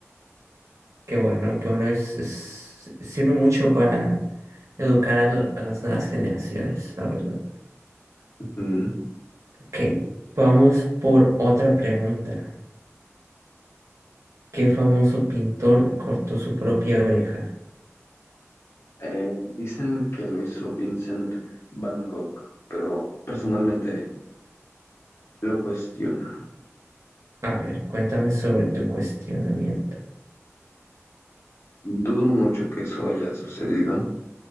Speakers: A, on the right; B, on the left.
A: Qué bueno, qué bueno. Es, es- sirve mucho para educar a l- a las nuevas generaciones, la verdad.
B: Mm.
A: Ok, vamos por otra pregunta. ¿Qué famoso pintor cortó su propia oreja?
B: Eh, dicen que lo hizo Vincent Van Gogh, pero personalmente lo cuestiono.
A: A ver, cuéntame sobre tu cuestionamiento.
B: Dudo mucho que eso haya sucedido.